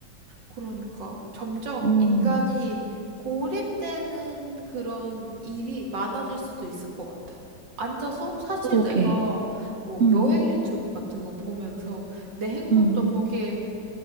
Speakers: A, on the right; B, on the right.
A: 그러니까 점점
B: 음,
A: 인간이 고립되는 그런 일이 많아질 수도 있을 것 같아. 앉아서 사실
B: 그러게.
A: 내가 뭐
B: 음,
A: 여행 유튜브 같은 거 보면서 내 행복도
B: 음,
A: 거기에